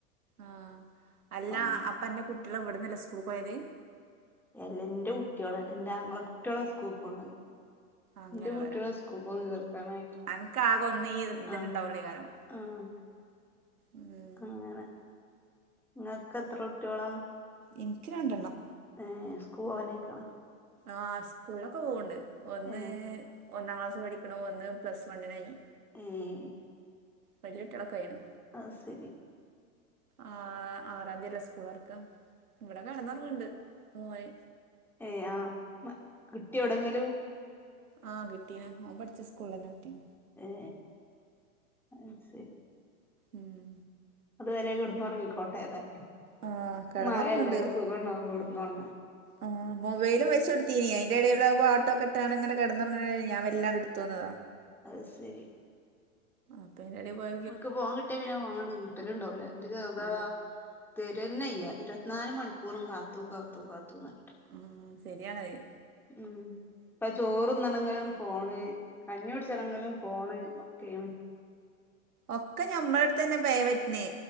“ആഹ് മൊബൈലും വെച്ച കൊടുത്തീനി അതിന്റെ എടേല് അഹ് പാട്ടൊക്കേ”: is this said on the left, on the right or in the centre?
Right